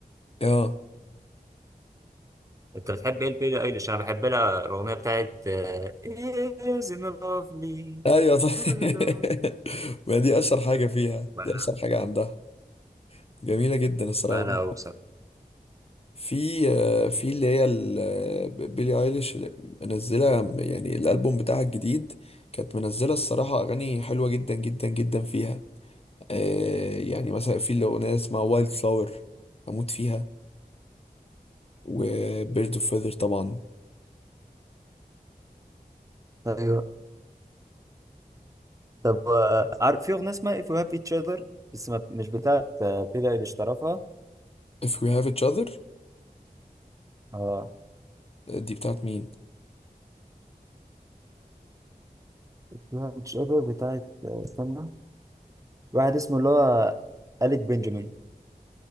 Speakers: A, on the left; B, on the right.
A: اه
B: انت بتحب ايه لبيلي ايليش انا بحب لها الاغنيه بتاعت آه، Isn't it lovely
A: ايوه طيب
B: لا لا لا.
A: <laughs> ما دي اشهر حاجه فيها
B: بقى
A: دي اشهر حاجه عندها جميله جدا الصراحه
B: بقى لها اوسط
A: في آه، في اللي هي ال- بيلي ايليش اللي منزله يعني الالبوم بتاعها الجديد كانت منزله الصراحه اغاني حلوه جدا جدا جدا فيها آه، يعني مثلا في الاغنيه اسمها وايلد فلاور اموت فيها وبيرد اوف فيذر طبعا
B: ايوه طب آه، عارف في اغنيه اسمها If You Have Each Other بس ما- مش بتاعت آه، بيلي ايليش طرفها
A: if we have each other
B: اه
A: آه، دي بتاعت مين
B: If You Have Each Other بتاعت آه، استنى واحد اسمه اللي هو أليك بنجامين